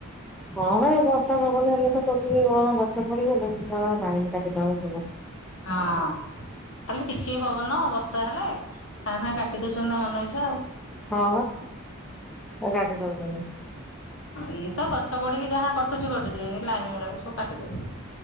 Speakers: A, in the centre; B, on the left.
A: ହବା ଏଇ ବର୍ଷା ପବନ ହେଲେ ତ କୋଉଟି ଟିକେ କଣ ଗଛ ପଡିଗଲେ ବେଶୀ ସମୟ ଲାଇନ୍ କାଟିଦବ ସବୁ।
B: ହଁ। ଖାଲି ଟିକେ ପବନ ବର୍ଷା ହେଲେ ସାଙ୍ଗେ ସାାଙ୍ଗେ କାଟି ଦଉଚନ୍ତି ତାଙ୍କ ମନଇଛା ଆଉ।
A: ହଁ ବା କାଟି ଦୋଉଚନ୍ତି।
B: ଇଏ ତ ଗଛ ପଡିକି ଯାହା କଟୁଚି କଟୁଚି ଲାଇନ୍ ବାଲା ସବୁ କାଟି ଦଉଚନ୍ତି।